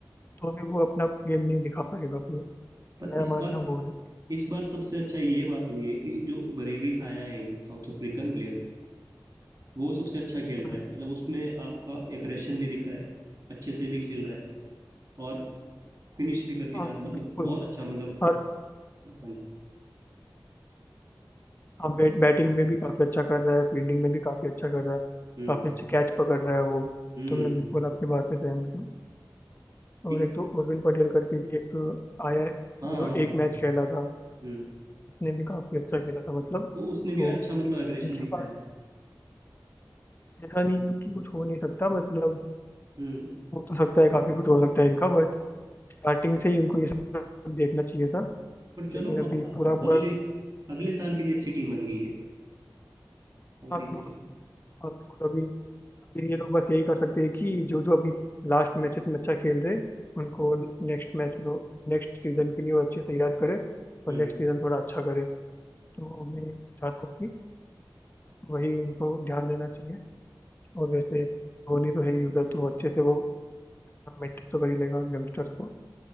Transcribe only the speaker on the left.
तो भी वो अपना गेम नहीं दिखा पाएगा फिर तो
मेरा
मानना
वो है
हम्म,
हाँ
बिल्कुल
हर
हाँ बैट बैटिंग में भी काफ़ी अच्छा कर रहा है फील्डिंग में भी काफ़ी अच्छा कर रहा है
काफ़ी अच्छे कैच पकड़ रहा है वो
तो मैं बिल्कुल आपकी बात से सहमत हूँ और
एक तो उर्विल पटेल करके भी एक आया है
वो
जो
एक
मैच खेला था
उसने भी काफ़ी अच्छा खेला था मतलब
तो
इनके
पास ऐसा नहीं है कि कुछ हो नहीं सकता मतलब
हो तो सकता है काफ़ी कुछ हो सकता है इनका बट स्टार्टिंग से ही उनको ये सब देखना चाहिए था
लेकिन अभी
पूरा पूरा
हाँ
बिल्कुल
हाँ बिल्कुल अभी अभी ये लोग बस यही कर सकते हैं कि जो जो अभी लास्ट मैचेस में अच्छा खेल रहे उनको नेक्स्ट मैच में नेक्स्ट सीजन के लिए वो अच्छे तैयार करें और
नेक्स्ट सीजन थोड़ा अच्छा करे तो मैं चाहता हूँ कि वही उनको ध्यान देना चाहिए और वैसे धोनी तो है ही उधर तो अच्छे से वो मेंटेन तो कर ही लेगा यंगस्टर्स को